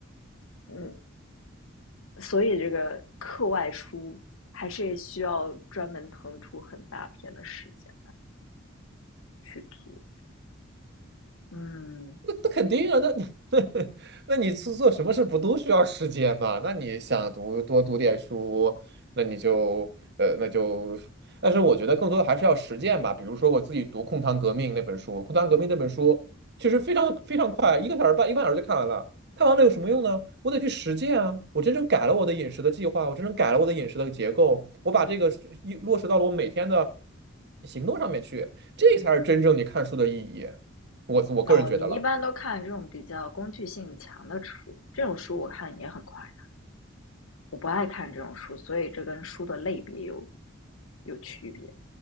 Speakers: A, on the left; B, on the right.
A: 嗯，所以这个课外书还是需要专门腾出很大片的时间去做。嗯，
B: 那那肯定啊，那 <laughs> 那你是做什么事不都需要时间嘛？那你想读多读点书，那你就呃那就，但是我觉得更多的还是要实践吧。比如说我自己读《控糖革命》那本书，《控糖革命》那本书其实非常非常快，一个小时半一个半小时就看完了。看完了有什么用呢？我得去实践啊！我真正改了我的饮食的计划，我真正改了我的饮食的结构，我把这个是一落实到了我每天的行动上面去，这才是真正你看书的意义。我我个人觉得了。
A: 哦，你一般都看这种比较工具性强的书，这种书我看也很快的。我不爱看这种书，所以这跟书的类别有有区别。